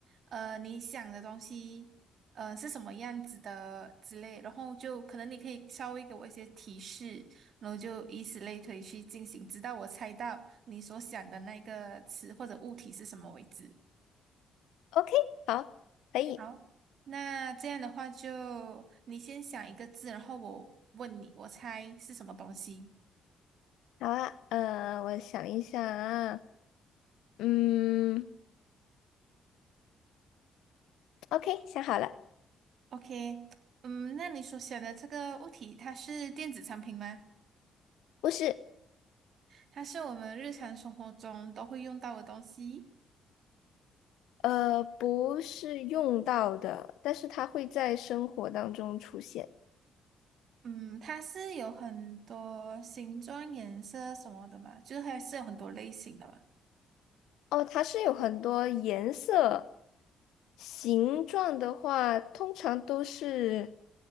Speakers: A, on the right (about 65°); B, on the left (about 85°).
A: 呃，你想的东西，呃，是什么样子的之类，然后就可能你可以稍微给我一些提示，然后就以此类推去进行，直到我猜到你所想的那个词或者物体是什么为止。
B: ？OK，好，可以，
A: 好，那这样的话就你先想一个字，然后我问你，我猜是什么东西。
B: 好啊。呃，我想一下，啊，嗯，OK，想好了，
A: OK，嗯，那你所选的这个物体，它是电子产品吗？
B: 不是，
A: 它是我们日常生活中都会用到的东西。
B: 呃，不是用到的，但是它会在生活当中出现。
A: 嗯，它是有很多形状、颜色什么的嘛，就是还是有很多类型的嘛。
B: 哦，它是有很多颜色、形状的话，通常都是